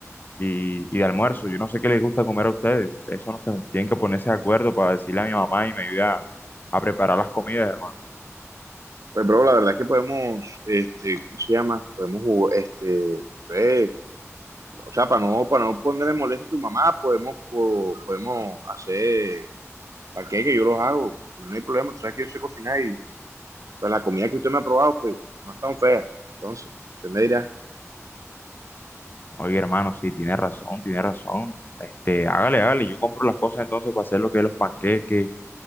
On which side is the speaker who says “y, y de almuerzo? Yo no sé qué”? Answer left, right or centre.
Left